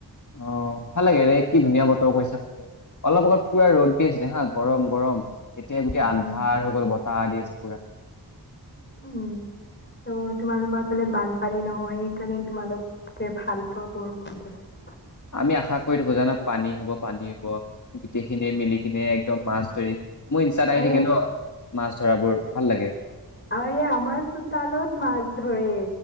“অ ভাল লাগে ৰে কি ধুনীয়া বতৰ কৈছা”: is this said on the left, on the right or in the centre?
Left